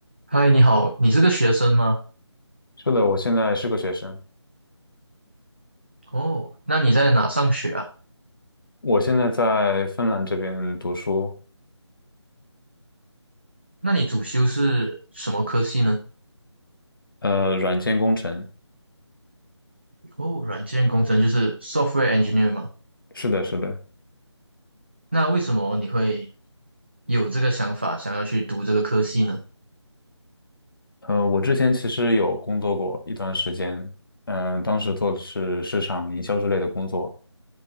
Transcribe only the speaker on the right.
嗨，你好，你是个学生吗？
哦，那你在哪上学啊？
那你主修是什么科系呢？
哦，软件工程就是 software engineer 吗？
那为什么你会有这个想法，想要去读这个科系呢？